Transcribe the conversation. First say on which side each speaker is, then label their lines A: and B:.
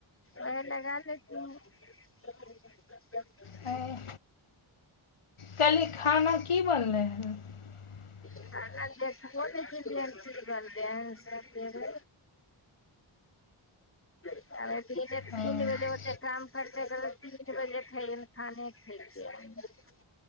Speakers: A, on the left; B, on the left.
A: ओहे लगा लेतीही
B: हय कहली खाना की बनलै है <inaudible>
A: खाना देखबो ने केलिये की बनल है <unintelligible> ताबे दिन
B: हँ
A: भेल ओत काम करतै त तीन बजे ख खाने खइ छियै